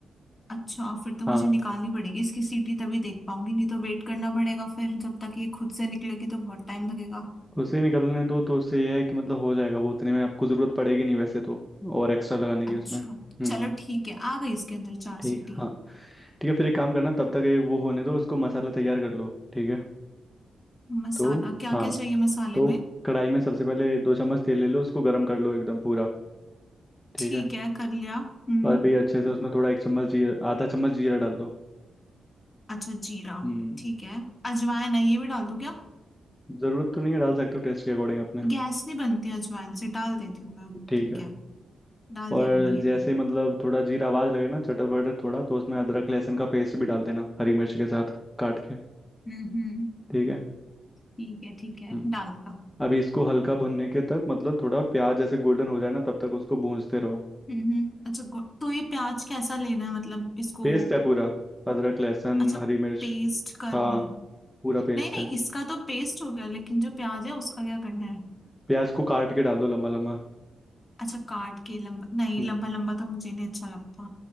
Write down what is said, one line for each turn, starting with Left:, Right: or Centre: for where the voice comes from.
Left: अच्छा फिर तो मुझे
Centre: हाँ
Left: निकालनी पड़ेगी इसकी सीटी तभी देख पाऊंगी नहीं तो वेट करना पड़ेगा फिर जब तक ये खुद से निकलेगी तो बहुत टाइम लगेगा
Centre: उसे निकलने दो तो उससे यह है कि मतलब हो जाएगा वो उतने में आपको ज़रूरत पड़ेगी नहीं वैसे तो और एक्स्ट्रा लगाने की
Left: अच्छा
Centre: उसमें हम्म
Left: चलो ठीक है आ गई इसके अंदर चार
Centre: ठीक
Left: सीटी
Centre: है, हाँ ठीक है फिर एक काम करना तब तक एक वो होने दो उसको मसाला तैयार कर लो ठीक है
Left: मसाला
Centre: तो
Left: क्या
Centre: हाँ
Left: क्या चाहिए मसाले
Centre: तो
Left: में
Centre: कढ़ाई में सबसे पहले दो चम्मच तेल ले लो उसको गर्म कर लो एकदम पूरा ठीक
Left: ठीक
Centre: है
Left: है कर लिया हम्म
Centre: और भी अच्छे से उसमें थोड़ा एक चम्मच जीरा आधा चम्मच जीरा डाल दो
Left: अच्छा जीरा
Centre: हम्म
Left: ठीक है अजवाइन है ये भी डाल दूं क्या
Centre: ज़रूरत तो नहीं है डाल सकते हो टेस्ट के अकॉर्डिंग अपने
Left: गैस नहीं बनती अजवाइन से डाल देती हूँ मैं
Centre: ठीक
Left: ठीक
Centre: है
Left: है डाल
Centre: और
Left: दिया मैंने ये
Centre: जैसे
Left: भी
Centre: ही मतलब थोड़ा जीरा आवाज लगे ना चटर बटर थोड़ा तो उसमें अदरक लहसुन का पेस्ट भी डाल देना हरी मिर्च के साथ काट के
Left: हम्म हम्म,
Centre: ठीक है
Left: ठीक है ठीक है
Centre: हम्म
Left: डाल दिया
Centre: अभी इसको हल्का भुनने के तक मतलब थोड़ा प्याज जैसे गोल्डन हो जाए ना तब तक उसको भूनते रहो
Left: हम्म हम्म, अच्छा गो- तो ये प्याज कैसा लेना है मतलब इसको
Centre: पेस्ट है पूरा अदरक लहसुन
Left: अच्छा
Centre: हरी मिर्च
Left: पेस्ट करना
Centre: हाँ
Left: है
Centre: पूरा पेस्ट
Left: नहीं नहीं
Centre: है
Left: इसका तो पेस्ट हो गया लेकिन जो प्याज है उसका क्या करना है
Centre: प्याज को काट के डाल दो लम्बा लम्बा
Left: अच्छा काट के लंबा नहीं
Centre: हम्म,
Left: लंबा लंबा तो मुझे नहीं अच्छा लगता